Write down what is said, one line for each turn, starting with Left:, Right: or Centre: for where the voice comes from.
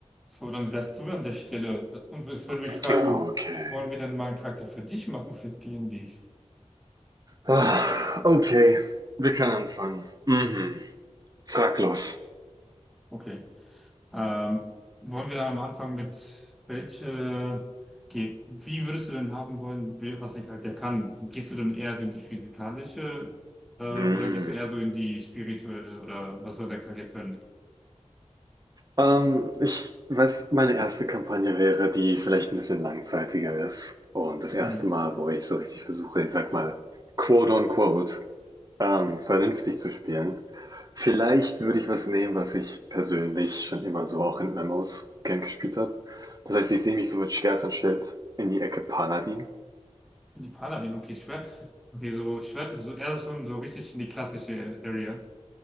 Centre: So, dann wärst du an der Stelle. Und ich würde mich
Right: Okay.
Centre: fragen, wollen wir denn mal einen Charakter für dich machen, für die und die?
Right: Ah, Okay, wir können anfangen. Mhm. Frag los.
Centre: Okay. Ähm, wollen wir dann am Anfang mit welche, okay, wie würdest du denn haben wollen, wer- was ein Charakter kann? Gehst du dann eher so in die physikalische, äh, oder
Right: Mhm.
Centre: gehst du eher so in die spirituelle oder was soll der Charakter können?
Right: Ähm, ich weiß, meine erste Kampagne wäre, die vielleicht ein bisschen langzeitiger ist. Und das erste
Centre: Mhm.
Right: Mal, wo ich so richtig versuche, ich sag mal, quote on quote, ähm, vernünftig zu spielen. Vielleicht würde ich was nehmen, was ich persönlich schon immer so auch in MMOs gern gespielt habe. Das heißt, ich sehe mich so mit Schwert und Schild in die Ecke Paladin.
Centre: In die Paladin, okay, Schwert. Okay, so Schwert, so eher so, so richtig in die klassische Area.